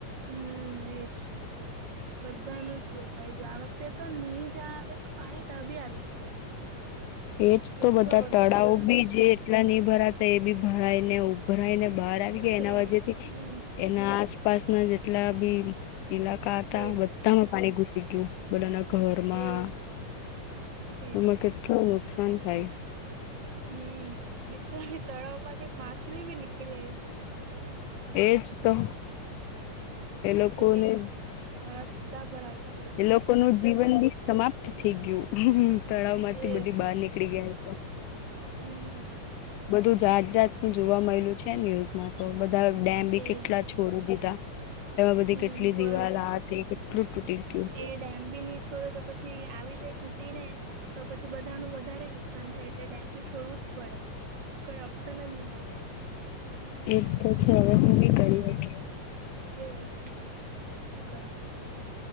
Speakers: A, on the right; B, on the left.
A: હમ એજ બધાનું જ ઈ ગયું આ વખતે તો નહી જ આવેલું પાણી તાબી આવી ગયું.
B: એજ
A: એટલો
B: તો બધા
A: વરસાદ
B: તળાવ
A: પડ્યો
B: બી જે એટલા નહી ભરાતા એ બી ભરાયને ભરાઈ ને બહાર આવી
A: ઉભરાય
B: ગયા એના વેથૂં
A: હમ
B: એના આસપાસના જેટલા બી ઈલાકા હતા
A: તેજ
B: બધામાં પાણી ઘુસી ગયું. બધાના ઘરમાં,
A: એજ એજ
B: એમાં કેટલું નુકસાન થાય?
A: હમ બિચારી તળાવમાંથી માછલી બી નીકળી આવી.
B: એજ તો
A: માછલી
B: એ લોકોને
A: રસ્તા પર આવી ગ
B: લોકો ન જીવન બી સમાપ્ત થઈ ગયું તળાવ માંથી
A: એજ
B: બધી બહાર નીકળી ગયા તો
A: હમ
B: બધું જાત જાતનું જોવા મળેલું છે ન્યુઝમાં તો બધા ડેમ બી
A: એજ
B: કેટલા છોડી દીધા એમાં બધી
A: હમ
B: કેટલી
A: પર
B: દિવાલ આતી કેટલું તૂટી ગયું
A: એ ડેમ બી નહી છોડો તો પછી આવી જાય તૂટી ને તો પછી બધાનું વધારે નુકસાન થાય એટલે ડેમ ભી છોડવું જ પડે કોઈ ઓપશનલ્ નિમ મળલે
B: એક તો છે હવે હું
A: એટલે
B: બી કરી
A: એ જો શ કરવાનું